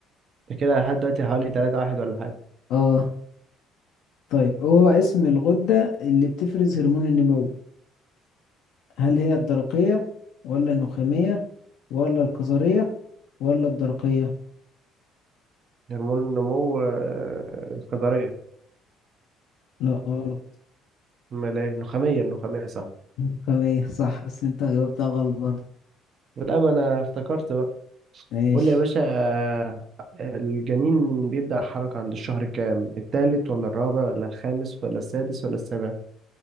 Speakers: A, on the right; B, on the left.
A: ده كده لحد دلوقتي حوالي تلاتة واحد ولا حاجة
B: اه طيب هو اسم الغدة اللي بتفرز هرمون النمو هل هي الدرقية ولا النخامية ولا الكظرية ولا الدرقية
A: هرمون النمو آه، الكظرية
B: لا غلط
A: أمال إيه؟ النخامية النخامية صح
B: النخامية صح بس انت جاوبتها غلط برضه
A: لا ما أنا افتكرت بقى
B: ماشي
A: قول لي يا باشا آه، الجنين بيبدأ حركة عند الشهر كام التالت ولا الرابع ولا الخامس ولا السادس ولا السابع